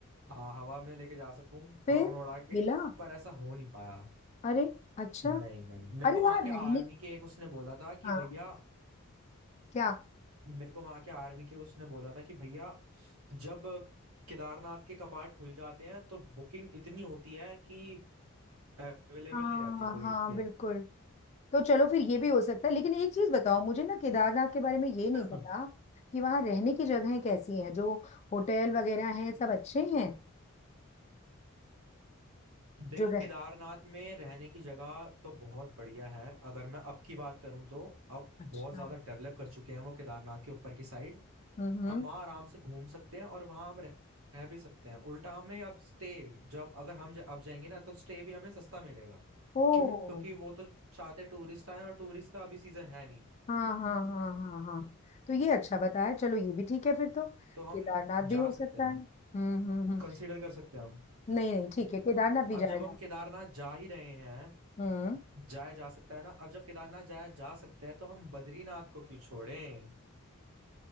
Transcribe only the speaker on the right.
आ, हवा में लेके जा सकूं
हवा में उड़ा के
पर ऐसा हो नहीं पाया
नहीं नहीं मेरे
को
वहां के आर्मी
के एक उसने बोला था कि
भैया
मेरे को वहां के आर्मी के उसने बोला था कि भैया जब केदारनाथ के कपाट खुल जाते हैं तो बुकिंग इतनी होती है कि अवेलेबल
नहीं रहते कोई
फिर
<laughs>
देखो
केदारनाथ में रहने की जगह तो बहुत बढ़िया है अगर मैं अब की बात करूं तो अब
बहुत ज्यादा डेवलप कर चुके हैं वो केदारनाथ के ऊपर की साइड
हम वहाँ आराम से घूम सकते हैं और वहाँ हम रह रह भी सकते हैं उल्टा हमें अब स्टे जब अगर हम जा, अब जाएंगे ना तो स्टे भी हमें सस्ता मिलेगा
क्यों क्योंकि वो तो चाहते टूरिस्ट आए और टूरिस्ट का अभी सीजन है नहीं।
तो हम
जा
सकते
हैं
कंसीडर कर सकते हैं हम
अब
जब
हम
केदारनाथ जा ही रहे हैं
जाया जा सकता है ना अब जब केदारनाथ जाया जा सकता है तो हम बद्रीनाथ को क्यों छोड़ें